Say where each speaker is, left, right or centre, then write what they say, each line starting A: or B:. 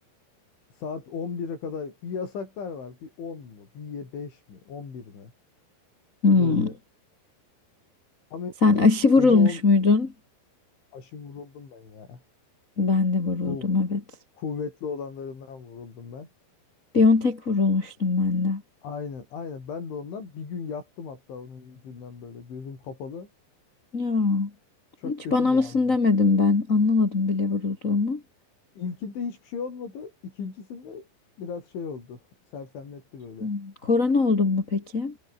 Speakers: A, on the left; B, on the left.
A: Saat 11'e kadar bir yasaklar var. Bir 10 mu? Bir ye 5 mi? 11 mi?
B: Hmm.
A: Ha Böyle. Ama emin
B: Sen
A: değiliz.
B: aşı vurulmuş
A: Gece 10
B: muydun?
A: aşı vuruldum ben ya.
B: Ben de vuruldum,
A: Bu
B: evet.
A: kuvvetli olanlarından vuruldum ben.
B: Biontech vurulmuştum ben de.
A: Aynen, aynen. Ben de ondan bir gün yattım hatta onun yüzünden böyle gözüm kapalı.
B: Ya,
A: Çok
B: hiç
A: kötü
B: bana
A: bir
B: mısın
A: andı.
B: demedim ben. Anlamadım bile vurulduğumu.
A: İlkinde hiçbir şey olmadı. İkincisinde biraz şey oldu. Sersemletti böyle.
B: Hmm. Korona oldum mu peki?